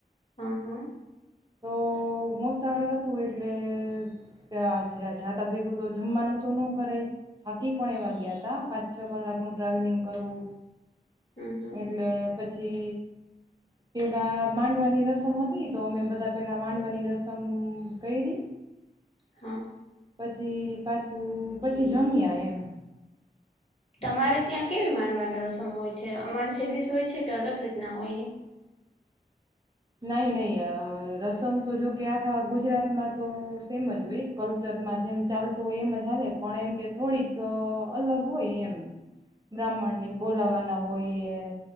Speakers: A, on the left; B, on the right.
A: હા હા
B: તો મોસાળ હતું એટલે્યા જાતા ભેગું તો જમવાનું તો ન કરાય હાકીપણે વાગ્યાત પાંચ છ કલાકનું ટ્રાવેલિંગ કરવું
A: હમ હમ
B: એટલે પછી પેલા માંડવાની રસમ હતી તો અમે બધ તા પેલાં માંડવની રસમ ક ર
A: હા
B: પછી પાછું પછી જમ્યા એમ
A: તમારે ત્યાં કેવી માનવાની રસમ હોય છે અમારે જેવી જ હોય છે કે અલગ રીતના હોય
B: નહી નહીં રસમ તો જોકે આખા ગુજરાતમાં તો સેમ જ હોય કલ્ચરમાં જેમ ચાલતોું હોય એમ જ ચાલે પણ એમ કે થોડીક અલગ હોય એમ બ્રાહ્મણને બોલાવાના હોય એ